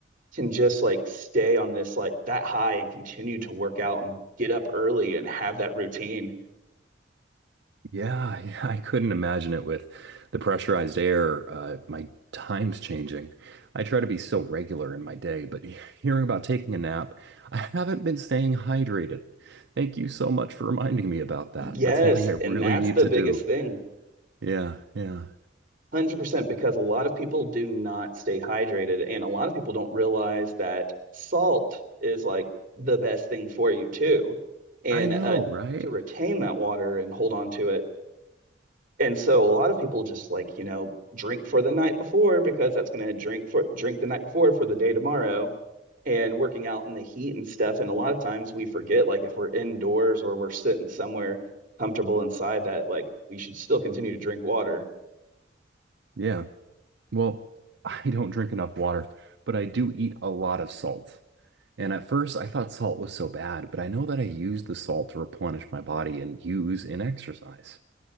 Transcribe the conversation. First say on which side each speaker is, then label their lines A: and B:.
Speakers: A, on the right; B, on the right.
A: can just like stay on this like that high and continue to work out and get up early and have that routine
B: Yeah, <laughs> yeah, I couldn't imagine it with the pressurized air, uh, my time's changing. I try to be so regular in my day, but <laughs> he- hearing about taking a nap, I haven't been staying hydrated. Thank you so much for reminding me about that.
A: yes
B: That's something I
A: and
B: really
A: that's
B: need
A: the
B: to
A: biggest
B: do.
A: thing
B: Yeah, yeah.
A: 100% because a lot of people do not stay hydrated and a lot of people don't realize that salt is like the best thing for you too and
B: I know,
A: uh,
B: right?
A: to retain that water and hold on to it and so a lot of people just like you know drink for the night before because that's going to drink for drink the night before for the day tomorrow and working out in the heat and stuff and a lot of times we forget like if we're indoors or we're sitting somewhere comfortable inside that like we should still continue to drink water
B: Yeah. Well, <laughs> I don't drink enough water, but I do eat a lot of salt. And at first, I thought salt was so bad, but I know that I use the salt to replenish my body and use in exercise.